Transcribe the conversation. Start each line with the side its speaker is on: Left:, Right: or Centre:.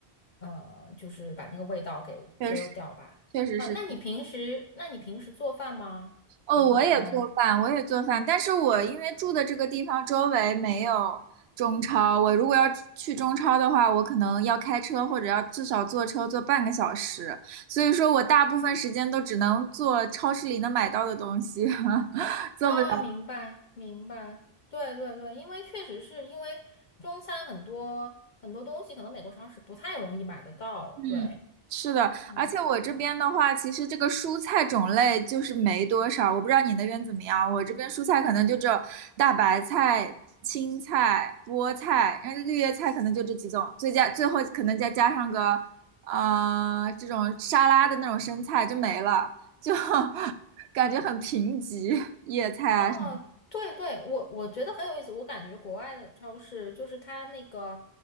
Left: 呃，就是把那个味道给遮掉吧。
Right: 确实确实是。
Left: 啊、那你平时，那你平时做饭吗？
Right: 哦，
Left: 就是一般。
Right: 我也做饭，我也做饭，但是我因为住的这个地方周围没有中超，我如果要去中超的话，我可能要开车或者要至少坐车坐半个小时，所以说我大部分时间都只能做超市里能买到的东西，<laughs> 做不了。
Left: 啊，明白明白，对对对，因为确实是因为中餐很多很多东西，可能美国超市不太容易买得到。
Right: 嗯，
Left: 对，
Right: 是的，
Left: 嗯，
Right: 而且我这边的话，其实这个蔬菜种类就是没多少，我不知道你那边怎么样。我这边蔬菜可能就只有大白菜、青菜、菠菜，然后绿叶菜可能就这几种，最加最后可能再加上个呃这种沙拉的那种生菜就没了，就 <laughs> 感觉很贫瘠，叶菜啊什么。
Left: 哦，对对，我我觉得很有意思。我感觉国外的超市就是它那个，